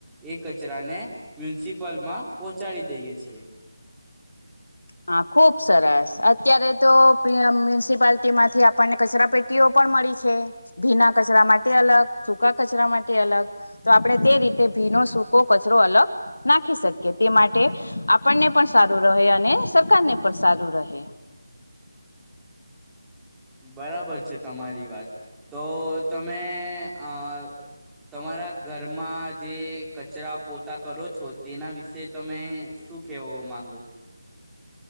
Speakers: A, in the centre; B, on the left.
A: એ કચરાને. મ્યુનિસિપલ માં પહોંચાડી દઈએ છીએ.
B: હા ખુબ સરસ અત્યારે તો મ્યુનિસિપાલટી માંથી આપણને કચરા પેટીઓ પણ મળી છે ભીના કચરા માટે અલગ સૂકા કચરા માટે અલગ તો આપણે તે રીતે ભીનો સૂકો કચરો અલગ નાખી શકીએ તે માટે આપણને પણ સારું રહે અને. સરકાર ને પણ સારું રહે.
A: બરાબર છે તમારી વાત તો તમે અ તમારા ઘરમાં જે કચરા પોતા કરો છો તેના વિશે તમે શું કેવા માંગો.